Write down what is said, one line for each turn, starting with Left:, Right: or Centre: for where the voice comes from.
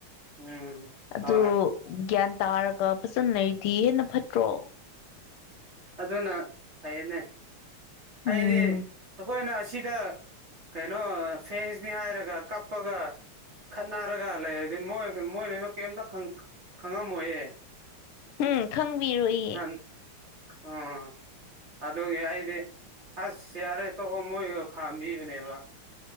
Right: ꯎꯝ
Left: ꯑꯗꯨ
Right: ꯍꯣꯏ
Left: ꯒ꯭ꯌꯥꯟ ꯇꯥꯔꯒ ꯐꯖꯅꯩꯗꯤ ꯍꯦꯟꯅ ꯐꯠꯇ꯭ꯔꯣ
Right: ꯑꯗꯨꯅ ꯐꯩꯅꯦ ꯑꯩꯗꯤ
Left: ꯎꯝ
Right: ꯑꯩꯈꯣꯏꯅ ꯁꯤꯗ ꯀꯩꯅꯣ ꯐꯦꯟꯁꯅꯤ ꯍꯥꯏꯔꯒ ꯀꯞꯄꯒ ꯈꯠꯅꯔꯒ ꯂꯩꯔꯗꯤ ꯃꯣꯏ ꯃꯣꯏꯅꯁꯨ ꯀꯩꯝꯇ ꯈꯪꯉꯝꯃꯣꯏꯌꯦ
Left: ꯎꯝ ꯈꯪꯕꯤꯔꯣꯏꯌꯦ
Right: ꯅꯍꯥꯟ
Left: <inaudible>
Right: ꯑꯥ ꯑꯗꯨꯒꯤ ꯑꯩꯗꯤ ꯑꯁ ꯌꯥꯔꯦ ꯇꯣꯛꯑꯣ ꯃꯣꯏꯕꯨ ꯈꯥꯝꯕꯤꯕꯅꯦꯕ